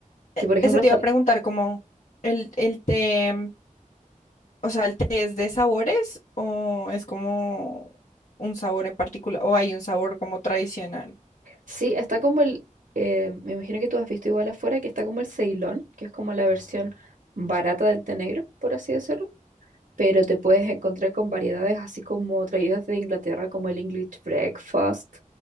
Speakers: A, on the left; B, on the right.
A: E-
B: que, por ejemplo,
A: Eso te
B: está-
A: iba a preguntar, como el, el té, O sea, ¿el té es de sabores o es como un sabor en particular o hay un sabor como tradicional?
B: sí, está como el, eh, me imagino que tú has visto igual afuera, que está como el Ceilón, que es como la versión barata del té negro, por así decirlo. pero te puedes encontrar con variedades así como traídas de Inglaterra, como el English Breakfast,